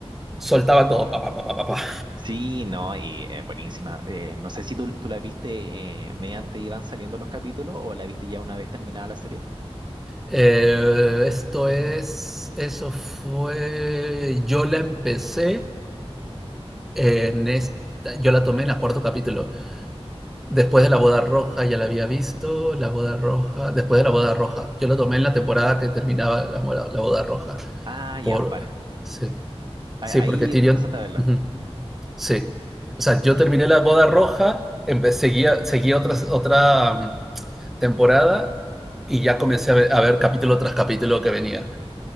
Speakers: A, in the centre; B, on the right (about 45°).
A: soltaban todo. Pa, pa, pa, pa, pa.
B: Sí, no, y eh, buenísima. Eh, no sé si tú, tú la viste eh, mediante iban saliendo los capítulos o la viste ya una vez terminada la serie.
A: Eh, esto es, eso fue, yo la empecé en esta, yo la tomé en el cuarto capítulo. Después de la boda roja ya la había visto, la boda roja, después de la boda roja, yo la tomé en la temporada que terminaba la, la boda roja.
B: Ah,
A: Por,
B: ya, vale.
A: sí,
B: A-
A: sí, porque
B: Ahí
A: Tyrion...
B: empezaste a verla.
A: Uh-huh. Sí. O sea, yo terminé la boda roja, empe- seguía, seguía otra, otra mm, temporada y ya comencé a ver, a ver capítulo tras capítulo que venía.